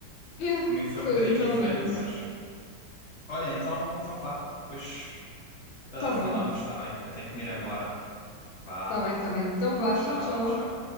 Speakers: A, on the left; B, on the left.
A: Yeah,
B: Comigo foi
A: foi
B: um bocadinho
A: literalmente.
B: diferente, mas. Olha, então, então vá. Pois, ah,
A: Está
B: falamos,
A: bem.
B: está bem? Eu tenho que me ir embora. Vá.
A: Tá bem, tá bem. Então vá,
B: Tchau,
A: tchau, tchau.
B: tchau.